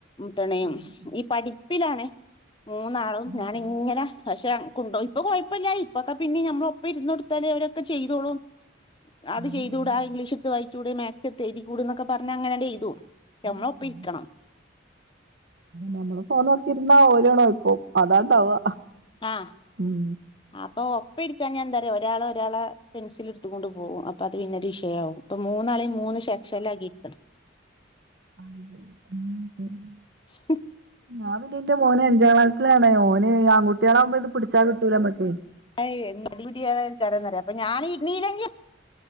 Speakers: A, on the left (about 25°); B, on the right (about 60°).
A: തണ
B: ആഹ്
A: ഈ പഠിപ്പിലാണ് മൂന്നാളും
B: ഉം
A: ഞാന്
B: ഉം
A: ഇങ്ങനെ പക്ഷെ കൊണ്ടുപോയി. ഇപ്പൊ കുഴപ്പമില്ല ഇപ്പൊത്തെ പിന്നെ ഞമ്മള ഒപ്പം ഇരുന്ന് കൊടുത്താലേ അവരൊക്കെ ചെയ്തോളും. അത്
B: ഉം
A: ചെയ്തൂടാ
B: ഉം
A: ഇംഗ്ലീഷ എടുത്ത് വായിച്ചൂടി മാത്‍സ് എടുത്ത് എഴുതിക്കൂട് ന്നക്കെ പറഞ്ഞ അങ്ങനെ ങ്ങട്ട് എഴുതും. ഞമ്മള്
B: ഉം
A: ഒപ്പരിക്കണം.
B: ഉം, നമ്മള് ഫോണ് കളിച്ചിരുന്ന ഓലും അവിടെ നിക്കും അതാ ഉണ്ടാവാ
A: ആ
B: ഉം.
A: അപ്പൊ ഒപ്പമിരിക്കാഞ്ഞാൽ എന്താ ഒരാള ഒരാളെ പെൻസിൽ എടുത്തൊണ്ട് പോകും അ അത് പിന്നെ ഒരു വിഷയമാവും ഇപ്പോ മൂന്നാ മൂന്ന് സെക്ഷൻ ആക്കിക്കാണ്
B: അ ശരി <unintelligible>
A: ശ....
B: ഞാൻ ടി ന്റെ മോന് അഞ്ചാം ക്ലാസിലാണ് ഓന് ആൺകട്ടികളാവകുമ്പോ ഇത് പിടിച്ചാ കിട്ടൂലമ്മക്കേ.
A: അ അടിപടിയാണ് ചരന്നറിയ അപ്പ ഞൻ <unintelligible>